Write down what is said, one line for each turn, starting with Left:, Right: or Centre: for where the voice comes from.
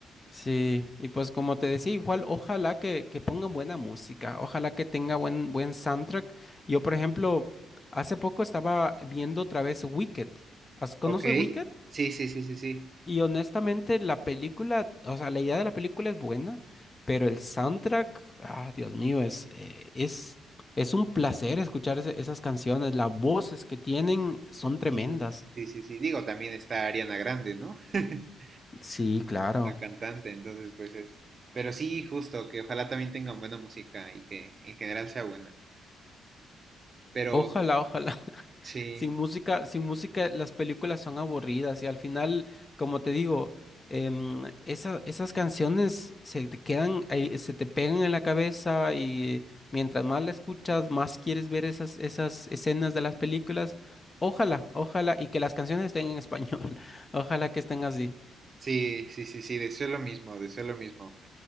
Left: Sí, y pues como te decía, igual ojalá que, que pongan buena música, ojalá que tenga buen, buen soundtrack. Yo, por ejemplo, hace poco estaba viendo otra vez Wicked. ¿Has- ¿Conoces
Right: Ok,
Left: Wicked?
Right: sí, sí, sí, sí, sí.
Left: Y honestamente, la película, o sea, la idea de la película es buena, pero el soundtrack, ah, Dios mío, es, eh, es, es un placer escuchar ese- esas canciones. Las voces que tienen son tremendas.
Right: Sí, sí, sí, sí. Digo, también está Ariana Grande, ¿no? <laughs>
Left: Sí, claro.
Right: La cantante, entonces pues es... Pero sí, justo, que ojalá también tengan buena música y que en general sea buena. Pero
Left: Ojalá, ojalá
Right: sí,
Left: Sin música, sin música las películas son aburridas y al final, como te digo, em, esa- esas canciones se te quedan ahí, se te pegan en la cabeza y mientras más la escuchas, más quieres ver esas, esas escenas de las películas. Ojalá, ojalá, y que las canciones estén en español. <laughs> Ojalá que estén así.
Right: sí, sí, sí, sí, deseo lo mismo, deseo lo mismo.